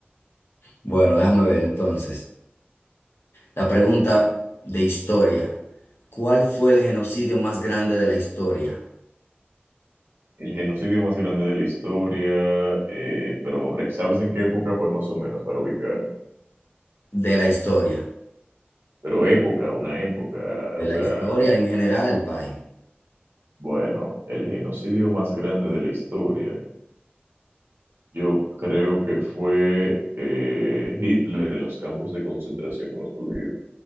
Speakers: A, on the left; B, on the right.
A: Bueno, déjame ver entonces. La pregunta de historia. ¿Cuál fue el genocidio más grande de la historia?
B: El genocidio más grande de la historia, eh, pero ¿sabes en qué época fue más o menos para ubicarme?
A: De la historia.
B: Pero época, una época,
A: De
B: o
A: la
B: sea,
A: historia en general, Pai.
B: bueno, el genocidio más grande de la historia, yo creo que fue eh, Hitler en los campos de concentración con los judíos,